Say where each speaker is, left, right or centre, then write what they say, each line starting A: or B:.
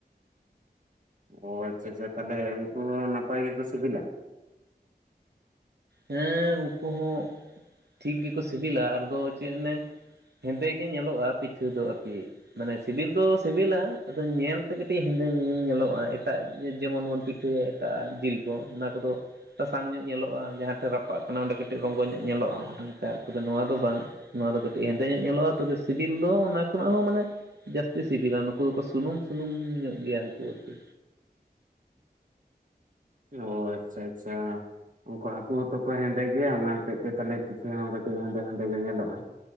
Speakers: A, on the right; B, on the right.
A: ᱚ ᱟᱪᱪᱷᱟᱼᱟᱪᱪᱷᱟ ᱛᱟᱦᱚᱞᱮ ᱩᱱᱠᱩ ᱦᱚᱸ ᱱᱟᱯᱟᱭ ᱜᱮᱠᱚ ᱥᱤᱵᱤᱞᱟ᱾
B: ᱦᱮᱸ ᱩᱱᱠᱩ ᱦᱚᱸ ᱴᱷᱤᱠ ᱜᱮᱠᱚ ᱥᱤᱵᱤᱞᱟ ᱟᱨᱫᱚ ᱪᱮᱫ ᱚᱱᱮ ᱦᱮᱸᱫᱮ ᱜᱮ ᱧᱮᱞᱚᱜᱼᱟ ᱯᱤᱴᱷᱟᱹ ᱫᱚ ᱟᱨᱠᱤ᱾ ᱢᱟᱱᱮ ᱥᱤᱵᱤᱞ ᱫᱚ ᱥᱤᱵᱤᱞᱟ ᱟᱫᱚ ᱧᱮᱞᱛᱮ ᱠᱟᱹᱴᱤᱡ ᱦᱮᱸᱫᱮᱹ ᱧᱚᱜ ᱧᱮᱞᱚᱜᱼᱟ ᱮᱴᱟᱜ ᱡᱮᱢᱚᱱ ᱵᱚᱱ ᱯᱤᱴᱷᱟᱹᱭᱟ᱾ ᱮᱴᱟᱜ-ᱟᱜ ᱡᱤᱞ ᱠᱚ ᱚᱱᱟ ᱠᱚᱫᱚ ᱥᱟᱥᱟᱝ ᱧᱚᱜ ᱧᱮᱞᱚᱜ-ᱟ ᱡᱟᱦᱟᱸ ᱨᱟᱯᱟᱜ ᱠᱟᱱᱟ ᱚᱸᱰᱮ ᱠᱟᱹᱴᱤᱡ ᱨᱚᱝᱜᱚ ᱧᱚᱜ ᱧᱮᱞᱚᱜᱼᱟ ᱚᱱᱠᱟ ᱛᱚᱵᱮ ᱱᱚᱣᱟ ᱫᱚ ᱵᱟᱝ᱾ ᱱᱚᱣᱟ ᱫᱚ ᱠᱟᱹᱴᱤᱡ ᱦᱮᱸᱫᱮ ᱧᱚᱜ ᱧᱮᱞᱚᱜᱼᱟ, ᱛᱚᱵᱮ ᱥᱤᱵᱤᱞ ᱫᱚ ᱚᱱᱟ ᱠᱷᱚᱱᱟᱜ ᱦᱚᱸ ᱢᱟᱱᱮ ᱡᱟᱹᱥᱛᱤ ᱥᱤᱵᱤᱞᱟ ᱱᱩᱠᱩ ᱫᱚᱠᱚ ᱥᱩᱱᱩᱢᱼ ᱥᱩᱱᱩᱢ ᱧᱚᱜ ᱜᱮᱭᱟ ᱦᱟᱹᱠᱩ ᱟᱨᱠᱤ᱾
A: ᱳ ᱟᱪᱪᱷᱟᱼᱟᱪᱪᱷᱟ᱾ ᱩᱱᱠᱩ ᱦᱟᱹᱠᱩ ᱦᱚᱸᱛᱚ ᱠᱚ ᱦᱮᱸᱫᱮ ᱜᱮᱭᱟ ᱚᱱᱟ ᱦᱚᱛᱮᱡ ᱛᱮ ᱛᱟᱦᱟᱞᱮ ᱯᱤᱴᱦᱟ ᱦᱚᱸ ᱠᱟᱹᱴᱤᱡ ᱦᱮᱸᱫᱮᱼᱦᱮᱸᱫᱮ ᱜᱮ ᱧᱮᱞᱚᱜᱼᱟ᱾